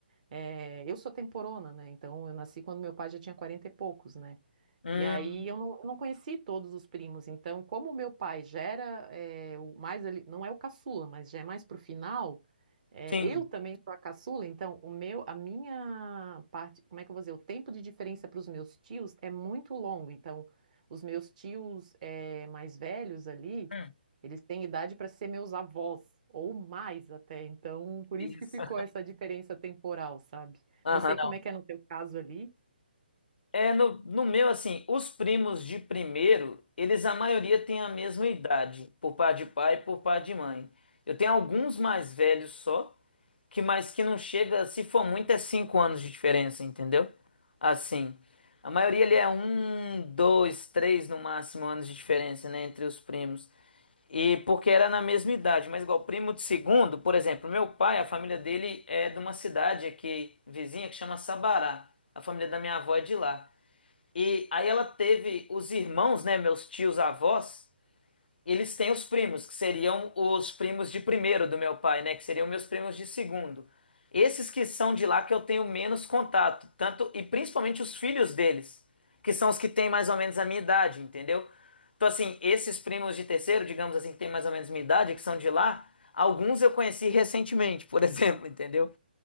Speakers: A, on the right; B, on the left.
A: eh, eu sou temporona, né? Então eu nasci quando meu pai já tinha 40 e poucos, né?
B: hum,
A: E aí eu não, eu não conheci todos os primos, então como o meu pai já era eh, o mais ali, não é o caçula, mas já é mais pro final, eh,
B: sim.
A: eu também sou a caçula, então o meu, a minha parte, como é que eu vou dizer, o tempo de diferença para os meus tios é muito longo, então os meus tios eh, mais velhos ali,
B: Hum,
A: eles têm idade para ser meus avós, ou mais até, então por
B: isso.
A: isso que ficou essa diferença temporal, sabe?
B: Aham,
A: Não sei
B: não.
A: como é que é no teu caso ali.
B: É, no, no meu, assim, os primos de primeiro, eles a maioria tem a mesma idade, por par de pai e por par de mãe. Eu tenho alguns mais velhos só, que mas que não chega, se for muito, é cinco anos de diferença, entendeu? Assim, a maioria ali é um, dois, três no máximo anos de diferença, né, entre os primos. E porque era na mesma idade, mas igual primo de segundo, por exemplo, meu pai, a família dele é de uma cidade aqui vizinha que chama Sabará. A família da minha avó é de lá. E aí ela teve os irmãos, né, meus tios avós, eles têm os primos, que seriam os primos de primeiro do meu pai, né, que seriam meus primos de segundo. Esses que são de lá que eu tenho menos contato, tanto e principalmente os filhos deles, que são os que têm mais ou menos a minha idade, entendeu? Então assim, esses primos de terceiro, digamos assim, que têm mais ou menos a minha idade, que são de lá, alguns eu conheci recentemente, por <laughs> exemplo, entendeu?